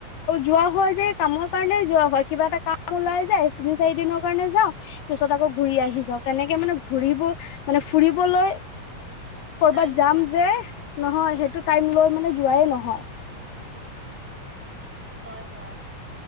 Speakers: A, on the left; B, in the centre.
A: যোৱা হয় যে কামৰ কাৰণেই যোৱা হয় কিবা এটা কাম। ওলাই যায়, তিনি চাৰি দিনৰ কাৰণে যাওঁ পিছত আকৌ ঘূৰি আহি যাও তেনেকে মানে ঘূৰিব। মানে ফুৰিবলৈ কৰ'বাত
B: টাইম
A: যাম
B: পোৱা নাই
A: যে। নহয়, সেইটো টাইম লৈ মানে যোৱাই নহয়।
B: হয়, হয়